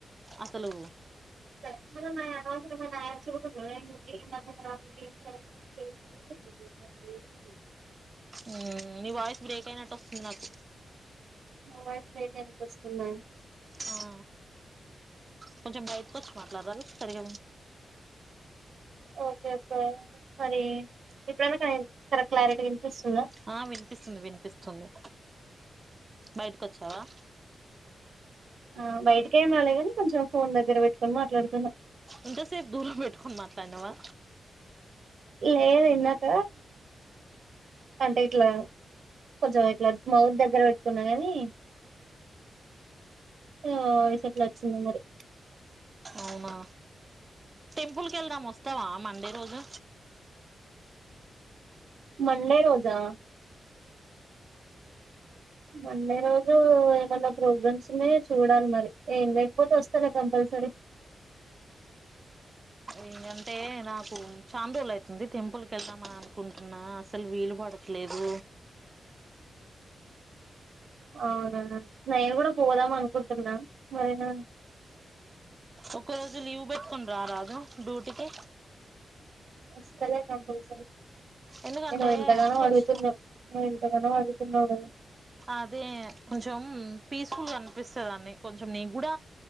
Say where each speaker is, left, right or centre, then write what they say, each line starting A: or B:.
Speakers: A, on the right; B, on the right.
A: అసలూ.
B: తత్మదమ అనవసరమ అయచడుే గీ మద్య <unintelligible> <inaudible> అసలేం లేదు.
A: మ్ మి వాయ్స్ బ్రేకైనట్టొస్తుంది నాకు.
B: మా వైఫ్ <unintelligible> నికొస్తుందా.
A: ఆ కొంచెం బైట్కొచ్చి మాట్లాడ్రాదు సరిగ విన్ప.
B: ఓకే ఒకే మరీ ఇప్పుడైన కరెంట్ కరెక్ట్ క్లారిటీ. వినిపిస్తుందా
A: ఆ విన్పిస్తుంది విన్పిస్తుంది. బైటికొచ్చావా.
B: ఆ బైటికేం రాలెగాని కొంచెం ఫోన్ దగ్గర పెట్టుకొన్ మాట్లాడ్తున్న.
A: ఇంట సేప్ దూరం బెట్టుకోన్ మాట్లాన్నావా.
B: లేదు ఇందాక అంటే ఇట్లా కొంచెం ఇట్లా మౌత్ దగ్గర పెట్టుకున్నా, కాని వాయిస్ ఎట్లా వచ్చిందో మరి
A: అవునా టెంపుల్ కెళ్దాం వస్తావా మండే రోజు?
B: మండే రోజా? మండే రోజు ఏమన్నా ప్రోగ్రామ్స్ ఉన్నాయో చూడాలి మరి, ఏం లేకపోతే వస్తాలే కంపల్సరి.
A: ఎందంటే నాకు చాన రోలు అయితుంది. టెంపుల్ కెళ్దామని అనుకుంటున్నా అసలు వీలు పడట్లేదు.
B: అవునా నేను కూడా పోదాం అనుకుంటున్నా మరిగా
A: ఒక రోజు లీవ్ పెట్టుకుని రా రాదు డ్యూటికి.
B: వస్తాలే కంపల్సరీ
A: ఎందుకంటే
B: నువ్వు ఇంతగానో
A: కొంచ్
B: అడుగుతున్నావు నువ్వు ఇంతగానో అడుగుతున్నావు కదా
A: అదే కొంచెం పీస్ఫుల్ గా ఆనిపిస్తదని కొంచెం నీగ్గూడ